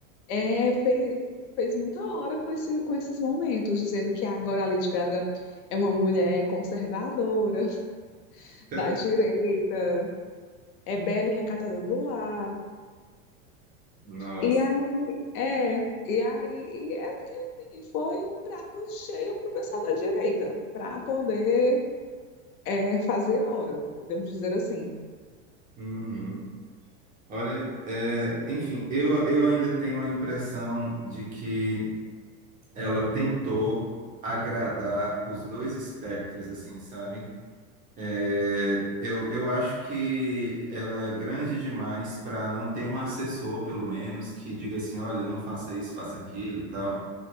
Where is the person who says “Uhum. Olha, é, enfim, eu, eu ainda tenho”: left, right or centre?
Right